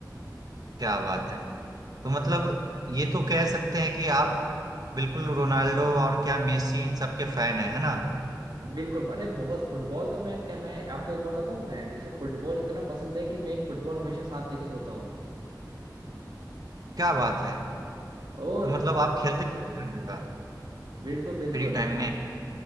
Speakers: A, on the right; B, on the right.
A: क्या बात है तो मतलब ये तो कह सकते हैं कि आप बिल्कुल रोनाल्डो और क्या मेसी सबके फैन हैं है ना
B: हाँ बिल्कुल अरे बहुत फुटबॉल तो मैं क्या मैं आपको एक बात बताऊँ मैं मुझे फुटबॉल इतना पसंद है कि मैं एक फुटबॉल हमेशा साथ लेके सोता हूँ
A: क्या बात है
B: और
A: तो मतलब आप
B: मुझे
A: खेलते
B: मतलब
A: रहते हैं हर जगह
B: बिल्कुल बिल्कुल
A: फ्री टाइम में